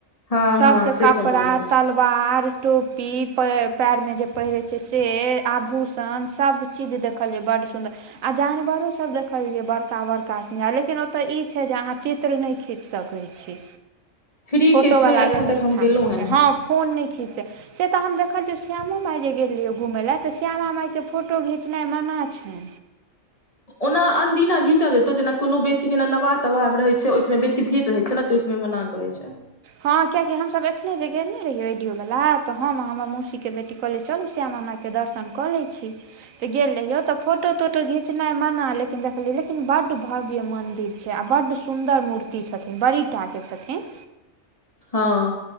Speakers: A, on the left; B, on the right.
A: हँ
B: सभके
A: हँ से
B: कपड़ा
A: सब बनल
B: तलवार
A: छै
B: टोपी प पैर में जे पहिरे छै सेे आभूषण सब चीज देखलिये बड़ सुन्दर आ जानवरो सब देखलियै बड़का बड़का सिंह लेकिन ओतऽ ई छै जे अहाँ चित्र नहि खींच सकै छी
A: फ्री
B: फोटो
A: के छै
B: वला
A: आ एखन
B: व्यवस्था
A: तक हम गेलहुँ
B: नहि
A: हेँ
B: छै
A: ने
B: हँ फोन नहि खींच से तऽ हम देखलियै श्यामो माय जे गेल रहियै घुमय लए तऽ श्यामा माइके फोटो घिचनाइ मना छै
A: ओना अनदिना घींच दैतौ जेना कोनो बेसी जेना नवाह तवाह रहैत छै ओहिसबम बेसी भीड़ रहैत छै न त समय मना करै छै
B: हँ कियाकि हमसभ एखने जे गेल नै रहियै एइडिओ वाला तऽ हम आ हमर मौसी के बेटी कहलियै चलु श्यामा माई के दर्शन कऽ लै छी तऽ गेल रहियौ तऽ फोटो तोटो घिचनाइ मना लेकिन देखलियै लेकिन बड्ड भव्य मंदिर छै आ बड्ड सुन्दर मूर्ति छथिन बड़ीटाके छथिन
A: हँ